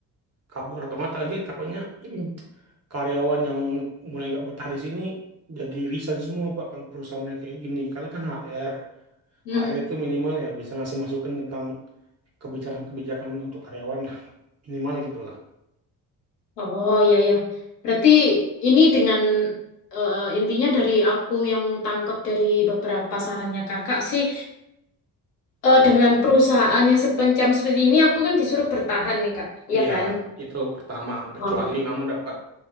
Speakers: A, on the right; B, on the left.
A: kabur atau enggak tadi takutnya <clears throat> karyawan yang mulai nggak betah di sini jadi resign semua Pak kalau perusahaannya kayak gini karena kan HR
B: Hmm.
A: HR itu minimal ya bisa ngasih masukan tentang kebijakan-kebijakan untuk karyawan lah. minimal lah gitu lah
B: Oh, ya ya. Berarti ini dengan eh, intinya dari aku yang tangkap dari beberapa sarannya Kakak sih eh, dengan perusahaannya sepencam seperti ini aku kan disuruh bertahan nih, Kak. Iya
A: iya
B: kan?
A: itu pertama kecuali
B: Oh.
A: kamu dapat